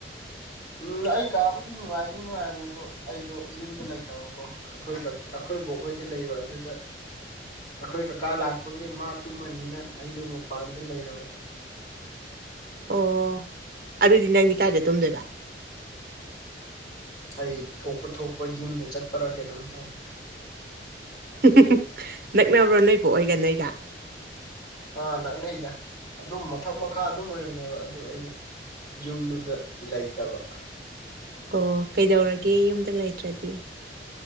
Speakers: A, on the left; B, on the right.
A: ꯎꯝ ꯑꯩ ꯀꯥꯕꯨꯗꯤ ꯅꯨꯡꯉꯥꯏꯗꯤ ꯅꯨꯡꯉꯥꯏꯕꯅꯤ ꯑꯗꯨ ꯑꯩꯗꯣ ꯌꯨꯝꯗ ꯂꯩꯇꯕꯀꯣ ꯑꯩꯈꯣꯏꯀꯥ ꯑꯩꯈꯣꯏꯕꯣꯛ ꯈꯣꯏꯗ ꯂꯩꯕ ꯑꯗꯨꯗ ꯑꯈꯣꯏ ꯀꯀꯥ ꯂꯥꯛꯄꯒꯤ ꯃꯥ ꯇꯨꯝꯃꯅꯤꯅ ꯑꯩꯗꯣ ꯃꯄꯥꯟꯗ ꯂꯩꯔꯕ
B: ꯑꯣ ꯑꯗꯨꯗꯤ ꯅꯪꯗꯤ ꯀꯥꯏꯗ ꯇꯨꯝꯗꯣꯏꯕ
A: ꯑꯩ ꯊꯣꯛꯄ ꯊꯣꯛꯄ ꯌꯨꯝꯗ ꯆꯠꯄ꯭ꯔꯥ ꯀꯩꯅꯣꯝ ꯇꯧꯅꯤ
B: <unintelligible> ꯅꯛꯅꯕ꯭ꯔꯣ ꯅꯣꯏꯕꯨꯛ ꯑꯣꯏꯒ ꯅꯣꯏꯒ
A: ꯑꯥ ꯅꯛꯅꯩꯗ ꯑꯗꯨꯝ ꯃꯊꯛ ꯃꯈꯥ ꯑꯗꯨꯝ ꯑꯣꯏꯕꯅꯦꯕ ꯑꯗꯨ ꯑꯩꯅ ꯌꯨꯝꯗꯨꯗ ꯂꯩꯇꯕ
B: ꯑꯣ ꯀꯩꯗꯧꯔꯒꯦ ꯌꯨꯝꯗ ꯂꯩꯇ꯭ꯔꯗꯤ